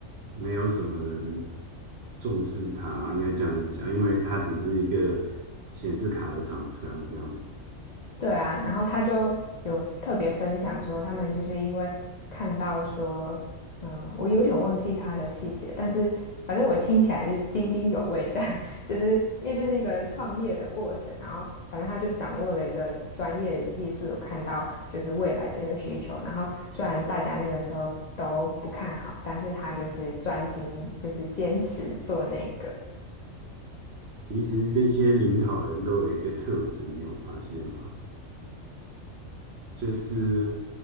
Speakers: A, on the right; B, on the left.
A: 没有什么人重视他，应该这样子讲，因为他只是一个显示卡的厂商这样子。
B: 对啊，然后他就有特别分享说，他们就是因为看到说，嗯，我有点忘记他的细节，但是反正我听起来就津津有味，这样 <laughs> 就是因为就是一个创业的过程，然后反正他就掌握了一个专业技术，有看到就是未来的那个需求，然后虽然大家那个时候都不看好，但是他就是专精，就是坚持做那个。
A: 其实这些领导人都有一个特质，你有发现吗？就是